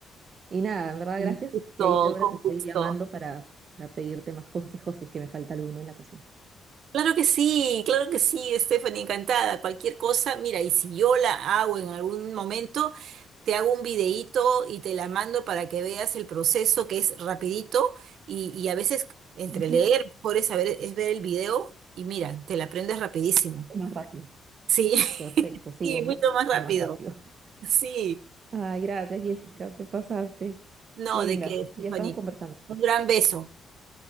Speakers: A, on the right; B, on the right.
A: Y nada, en verdad,
B: con
A: gracias.
B: gusto,
A: Y ahí te, ahora
B: con
A: te estoy
B: gusto.
A: llamando para, para pedirte más consejos si es que me falta alguno en la cocina.
B: Claro que sí, claro que sí, Stephanie, encantada. Cualquier cosa, mira, y si yo la hago en algún momento, te hago un videíto y te la mando para que veas el proceso que es rapidito y, y a veces entre
A: Ujú,
B: leer, mejor es saber, es ver el video y mira, te la aprendes rapidísimo.
A: Es más rápido.
B: Sí,
A: Perfecto,
B: <laughs>
A: sí,
B: sí,
A: es
B: mucho
A: muchísimo
B: más rápido.
A: más rápido. <laughs>
B: Sí,
A: Ay, gracias, Jessica, te pasaste.
B: no,
A: Qué linda.
B: de qué, Stephanie.
A: Ya estamos conversando.
B: Un
A: pues.
B: gran beso.